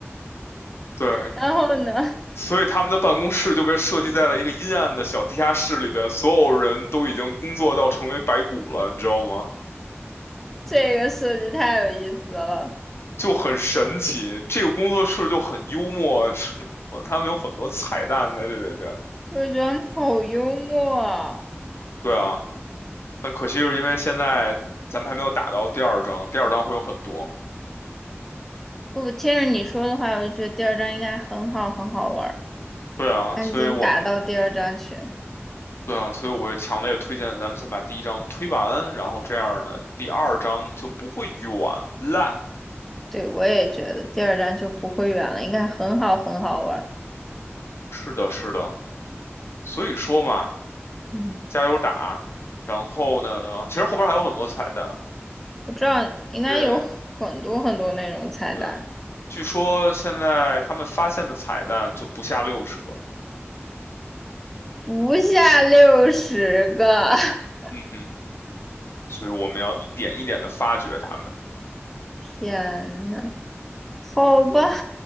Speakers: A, on the left (about 60°); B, in the centre.
A: 对，
B: 然后呢？
A: 所以他们的办公室就被设计在了一个阴暗的小地下室里边，所有人都已经工作到成为白骨了，你知道吗？
B: 这个设计太有意思了，
A: 就很神奇，这个工作室就很幽默，你知道吗？他们有很多彩蛋在这里边。
B: 我就觉得他们好幽默啊。
A: 对啊，但可惜是因为现在咱们还没有打到第二章，第二章会有很多。
B: 不，听着你说的话，我就觉得第二章应该很好，很好玩儿。
A: 对啊，
B: 赶紧打到第二章去。
A: 所以我们对啊，所以我会强烈推荐咱们先把第一章推完，然后这样呢，第二章就不会远了。
B: 对，我也觉得第二章就不会远了，应该很好，很好玩儿。
A: 是的，是的，所以说嘛。
B: 嗯。
A: 加油打。然后呢，其实后边还有很多彩蛋。
B: 我知道应该有很多很多那种菜单，
A: 对对，据说现在他们发现的彩蛋就不下六十个。
B: 不下六十个。<laughs>
A: 嗯嗯，所以我们要一点一点的发掘他们。
B: 天呐，好吧，